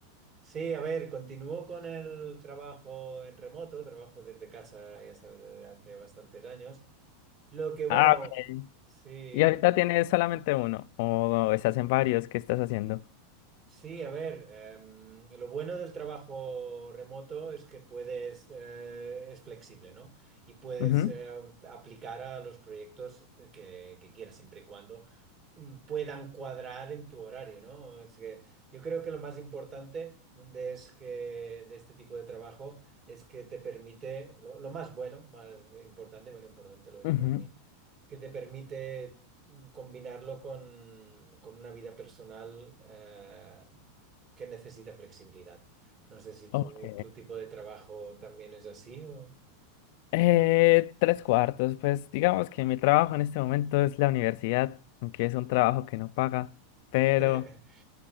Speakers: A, on the right; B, on the left.
A: Sí, a ver, continúo con el trabajo en remoto, trabajo desde casa, ya sabes, desde hace bastantes años. Lo que bueno,
B: Ah, ok.
A: sí,
B: ¿Y ahorita tienes solamente uno? ¿O estás en varios? ¿Qué estás haciendo?
A: Sí, a ver, em, lo bueno del trabajo remoto es que puedes, eh, es flexible, ¿no? Y puedes
B: Ujú,
A: eh, aplicar a los proyectos eh, que, que quieras, siempre y cuando mm, puedan cuadrar en tu horario, ¿no? Es que yo creo que lo más importante de, es que, de este tipo de trabajo es que te permite, lo, lo más bueno, más importante, bueno, importante lo es
B: ujú.
A: para mí, que te permite mm, combinarlo con, con una vida personal eh, que necesita flexibilidad. No sé si
B: Ok.
A: tu, tu tipo de trabajo también es así o...
B: Eh, tres cuartos, pues digamos que mi trabajo en este momento es la universidad, aunque es un trabajo que no paga, pero
A: <laughs>